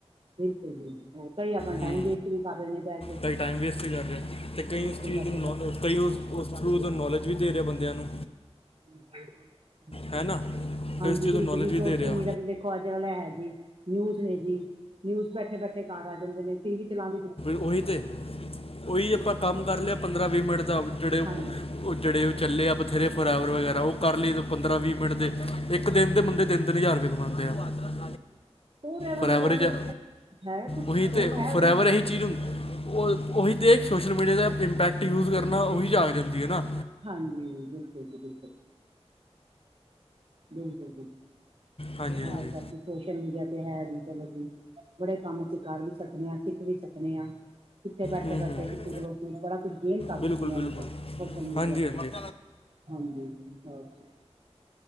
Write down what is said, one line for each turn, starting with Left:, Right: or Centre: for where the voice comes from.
Right: ਬਿਲਕੁਲ ਜੀ ਕਈ ਆਪਣਾ ਟਾਈਮ
Left: ਹੂੰ
Right: ਵੇਸਟ ਵੀ ਕਰ ਰਹੇ ਬਹਿ ਕੇ
Left: ਕਈ ਟਾਈਮ ਵੇਸਟ ਕਰ ਅਤੇ ਕਈ
Right: ਬਿਲਕੁਲ
Left: ਉਸ ਚੀਜ਼
Right: ਬੈਠੇ
Left: ਨੂੰ
Right: ਬੈਠੇ
Left: ਕਈ ਉਸ ਥਰੂ ਦਾ ਨੌਲੇਜ ਵੀ ਦੇ ਰਹੇ ਬੰਦਿਆਂ ਨੂੰ
Right: <inaudible>
Left: ਹੈ ਨਾ।
Right: ਹਾਂਜੀ
Left: ਕਈ ਉਸ ਚੀਜ਼
Right: ਬਿਲਕੁਲ
Left: ਤੋਂ ਨੌਲੇਜ
Right: ਜੀ
Left: ਵੀ
Right: ਸੋਸ਼ਲ
Left: ਦੇ ਰਿਹਾ
Right: ਮੀਡੀਆ ਤੇ ਦੇਖ ਦੇਖੋ ਅੱਜ ਵਾਲਾ ਹੈ ਜੀ ਨਿਊਜ਼ ਨੇ ਜੀ ਨਿਊਜ਼ ਬੈਠੇ- ਬੈਠੇ ਘਰ ਆ ਜਾਂਦੇ ਨੇ ਟੀ ਵੀ ਚਲਾਣ
Left: ਉਹੀ ਤੇ ਉਹੀ ਆਪਾਂ ਕੰਮ ਕਰ ਲਿਆ ਪੰਦਰਾਂ ਵੀਹ ਮਿੰਟ ਦਾ ਜਿਹੜੇ
Right: ਹਾਂਜੀ
Left: ਉਹ ਜਿਹੜੇ ਉਹ ਚੱਲੇ ਆ ਬਥੇਰੇ ਫਰਾਵਰ ਵਗੈਰਾ ਉਹ ਕਰ ਲਈਏ ਪੰਦਰਾਂ ਵੀਹ ਮਿੰਟ ਦੇ ਇੱਕ ਦਿਨ ਦੇ ਬੰਦੇ ਤਿੰਨ- ਤਿੰਨ ਹਜ਼ਾਰ ਰੁਪਏ <unintelligible>
Right: ਉਹ ਡਰਾਈਵਰ
Left: ਫੋਰਐਵਰ
Right: ਵਗੈਰਾ
Left: ਹੀ ਜਾ-
Right: ਦਾ ਹੈ ਕੁਛ
Left: ਉਹੀ
Right: ਸੋਪ
Left: ਤੇ
Right: ਹੈ ਉਹਦੇ
Left: ਫੋਰਐਵਰ
Right: ਵਿੱਚ
Left: ਇਹੀ ਚੀਜ਼ ਹੁੰ ਉਹੀਂ ਤੇ ਸੋਸ਼ਲ ਮੀਡੀਆ ਦਾ ਇੰਪੈਕਟ ਯੂਜ ਕਰਨਾ ਉਹੀ ਜਾਗ ਜਾਂਦੀ ਹੈ ਨਾ।
Right: ਹਾਂਜੀ ਬਿਲਕੁਲ ਜੀ ਬਿਲਕੁਲ ਬਿਲਕੁਲ ਜੀ
Left: ਹਾਂਜੀ
Right: ਹੋਰ
Left: ਹਾਂਜੀ
Right: ਬਾਕੀ ਸੋਸ਼ਲ ਮੀਡੀਆ ਤੇ ਹੈ ਜੀ ਚਲੋ ਜੀ। ਬੜੇ ਕੰਮ ਅਸੀ ਕਰ ਵੀ ਸਕਣੇ ਹਾਂ ਸਿੱਖ ਵੀ ਸਕਣੇ ਹਾਂ। ਕਿੱਥੇ ਬੈਠੇ-
Left: ਹੂੰ
Right: ਬੈਠੇੇ
Left: ਹੂੰ
Right: ਕਿਸੇ ਕੋਲ ਅਸੀ ਬੜਾ ਕੁਛ ਗੇਨ ਕਰ
Left: ਬਿਲਕੁਲ
Right: ਸਕਦੇ
Left: ਬਿਲਕੁਲ
Right: ਸੋਸ਼ਲ ਮੀਡੀਆ
Left: ਹਾਂਜੀ
Right: ਤੇ
Left: ਹਾਂਜੀ
Right: ਹਾਂਜੀ